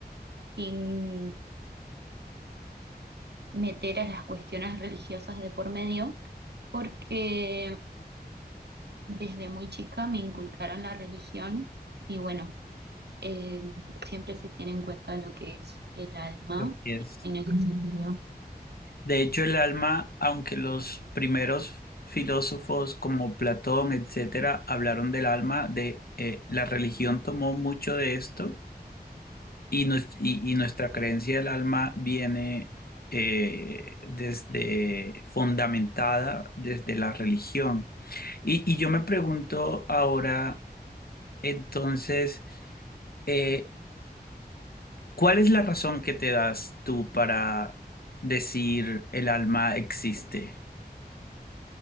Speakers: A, on the right (about 80°); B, on the left (about 65°).
A: sin meter a las cuestiones religiosas de por medio, porque desde muy chica me inculcaron la religión y bueno. eh, siempre se tiene en cuenta lo que es el alma
B: Así es.
A: en ese sentido.
B: De hecho, el alma, aunque los primeros filósofos como Platón, etcétera, hablaron del alma, de eh, la religión tomó mucho de esto y, nos- y- y nuestra creencia del alma viene eh, desde fundamentada desde la religión. Y, y yo me pregunto ahora, entonces, eh, ¿cuál es la razón que te das tú para decir el alma existe?